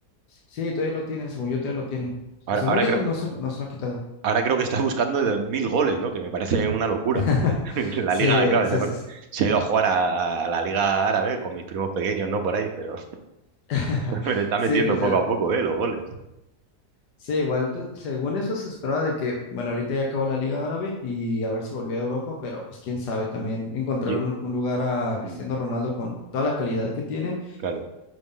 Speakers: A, on the left; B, on the right.
A: sí, todavía lo tiene, según yo todavía lo tiene. Según
B: Ahora, ahora
A: yo
B: creo,
A: no, no, se, lo- no se lo ha quitado.
B: ahora creo que está buscando el de mil goles, ¿no? Que me parece una locura.
A: <laughs>
B: <laughs> La
A: Sí,
B: liga, claro,
A: sí,
B: o sea, bueno,
A: sí. Sí,
B: se ha ido a jugar a, a la liga árabe con mis primos pequeños, ¿no? Por ahí, pero,
A: <laughs>
B: <laughs> pero está
A: Sí,
B: metiendo
A: pues
B: poco
A: ya,
B: a poco, ¿eh? Los goles.
A: Sí, igual, pues, según eso se esperaba de que, bueno, ahorita ya acabó la Liga Árabe y a ver si volvió a Europa, pero pues quién sabe también encontrar
B: Yo-
A: un, un lugar a Cristiano
B: mm,
A: Ronaldo con toda la calidad que tiene,
B: claro.